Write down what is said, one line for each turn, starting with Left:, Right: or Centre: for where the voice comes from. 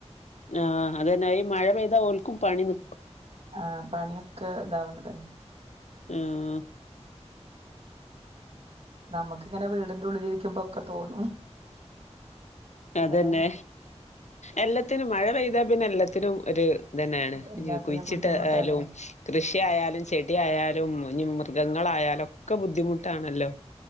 Left: ആഹ് അതെന്നെ ഈ മഴ പെയ്താ ഓൽക്കും പണി നി
Right: ആഹ് പണിയൊക്കെ താവ്ണതെന്നെ
Left: ഉം
Right: നമക്ക് അങ്ങനെ വീടിന്റെ ഉള്ളിലിരിക്കുമ്പോക്കെ തോന്നും
Left: അതെന്നെ
Right: ഏഹ്
Left: എല്ലത്തിനും മഴ പെയ്താ പിന്നെല്ലെ ത്തിനും ഒരു ഇതന്നാണ്
Right: എല്ലാത്തിനും
Left: കുയ്ച്ചിട്ടേ
Right: ബുദ്ധിമുട്ടല്ലേ
Left: ആയാലും കൃഷിയായാലും ചെടി ആയാലും ലും ഇഞ്ഞ് മൃഗങ്ങളായാലൊക്കെ ബുദ്ധിമുട്ടാണല്ലോ